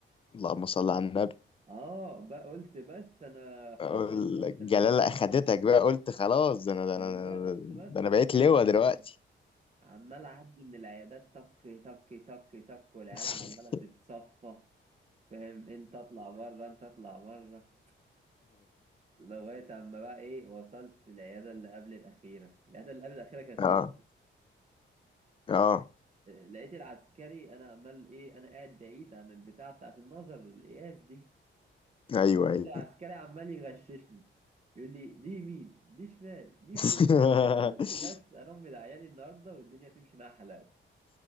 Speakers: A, on the left; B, on the right.
A: اللهم صل على النبي
B: اه بقى قلت بس انا
A: أقول
B: خلاص بقيت ظابط
A: لك جلالة
B: يا باشا هعلق
A: أخدتك
B: نجم
A: بقى قلت خلاص ده أنا ده
B: والله
A: أنا
B: قلت
A: ده
B: بس
A: أنا
B: خلاص
A: بقيت
B: هعلق
A: لواء
B: النجم
A: دلوقتي
B: عمال اعدي من العيادات تك تك تك تك والعيال
A: <laughs>
B: عماله تتصفى فاهم انت اطلع بره انت اطلع بره لغايه اما بقى ايه وصلت العياده اللي قبل الاخيره العياده اللي قبل الاخيره كانت
A: اه
B: نظر
A: اه
B: آه، لقيت العسكري انا عمال ايه انا قاعد بعيد عن البتاعه بتاعه النظر القياس دي
A: أيوة أيوة
B: لقيت العسكري عمال يغششني يقول لي دي يمين دي شمال دي
A: <laughs>
B: فوق قلت بس انا امي دعياني النهارده والدنيا تمشي معاها حلاوه